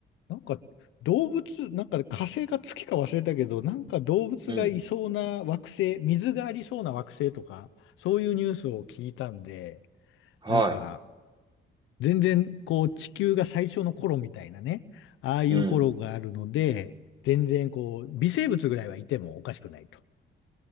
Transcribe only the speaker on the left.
なんか動物、なんかね火星か月か忘れたけど、なんか動物がいそうな惑星、
水がありそうな惑星とか、そういうニュースを聞いたんで、
なんか全然こう地球が最初の頃みたいなね、ああいう頃があるので、
全然こう微生物ぐらいはいてもおかしくないと。